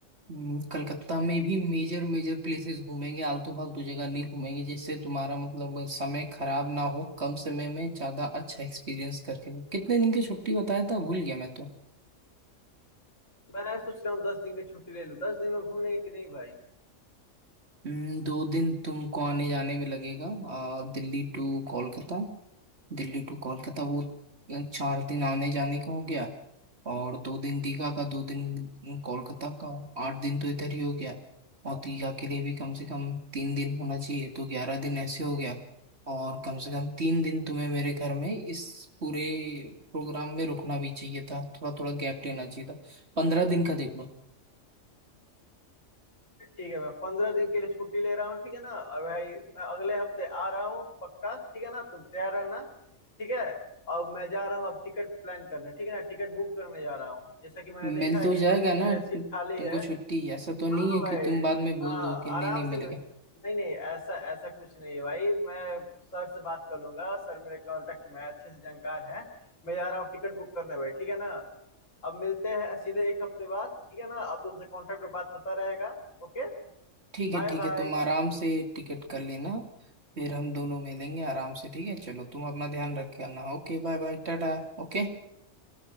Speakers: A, on the right; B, on the left.
A: हम्म, कलकत्ता में भी मेजर मेजर प्लेसेस घूमेंगे आलतू फालतू जगह नहीं घूमेंगे जिससे तुम्हारा मतलब समय खराब ना हो कम समय में ज्यादा अच्छा एक्सपीरियंस करके दो कितने दिन की छुट्टी बताया था भूल गया मैं तो
B: मैं सोच रहा हूँ दस दिन की छुट्टी ले लूँ दस दिन में घूम लेंगे कि नहीं भाई
A: हम्म, दो दिन तुमको आने जाने में लगेगा आ, दिल्ली टू कोलकाता दिल्ली टू कोलकाता वो अ, चार दिन आने जाने का हो गया और दो दिन दीघा का दो दिन कोलकाता का आठ दिन तो इधर ही हो गया और दीघा के लिए भी कम से कम तीन दिन होना चाहिए तो ग्यारह दिन ऐसे हो गया और कम से कम तीन दिन तुम्हें मेरे घर में इस पूरे प्रोग्राम में रुकना भी चाहिए था थोड़ा थोड़ा गैप लेना चाहिए था पंद्रह दिन का देख लो
B: ठीक है मैं पंद्रह दिन के लिए छुट्टी ले रहा हूँ ठीक है ना और भाई मैं अगले हफ्ते आ रहा हूँ पक्का ठीक है ना तुम तैयार रहना ठीक है अब मैं जा रहा हूँ अब टिकट प्लान करने ठीक है ना टिकट बुक करने जा रहा हूँ जैसा कि मैंने
A: मिल
B: देखा है
A: तो
B: कि
A: जाएगा
B: दो तीन
A: ना
B: सीट खाली
A: तुमको
B: है
A: छुट्टी ऐसा
B: हाँ
A: तो नहीं
B: हाँ
A: है
B: भाई
A: कि तुम बाद में बोल
B: हाँ
A: दो कि नहीं
B: आराम
A: नहीं
B: से
A: मिलेगा
B: मैं- नहीं नहीं ऐसा ऐसा कुछ नहीं है भाई मैं सर से बात कर लूंगा सर मेरे कांटेक्ट में है, अच्छे से जानकार है मैं जा रहा हूँ टिकट बुक करने भाई ठीक है ना अब मिलते हैं सीधे एक हफ्ते बाद ठीक है ना अब तुमसे कांटेक्ट पर बात होता रहेगा Okay
A: ठीक
B: bye
A: है ठीक
B: bye
A: है तुम आराम से टिकट कर लेना फिर हम दोनों मिलेंगे आराम से ठीक है चलो तुम अपना ध्यान रख के आना Okay bye bye tata Okay